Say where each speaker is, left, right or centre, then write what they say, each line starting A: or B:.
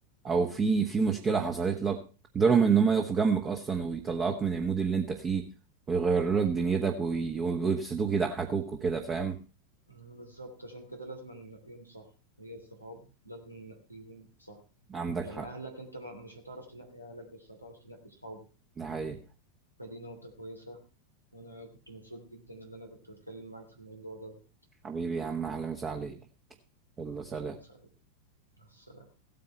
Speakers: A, on the right (about 25°); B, on the right (about 90°).
A: او في في مشكله حصلت لك قدرهم ان هم يقفوا جنبك اصلا ويطلعوك من المود اللي انت فيه ويغيروا لك دنيتك وي- ويبسطوك يضحكوك وكده فاهم
B: مم، بالظبط عشان كده لازم ننقيهم صح هي الصحاب لازم ننقيهم صح
A: عندك
B: يعني
A: حق
B: اهلك انت ما- مش هتعرف تنقي اهلك بس هتعرف تنقي صحابك
A: ده حقيقي
B: فدي نقطه كويسه وانا كنت مبسوط جدا ان انا كنت بتكلم معاك في الموضوع ده
A: حبيبي يا عم اهلا وسهلا عليك يلا سلام
B: أهلاً وسهلاً. مع السلامه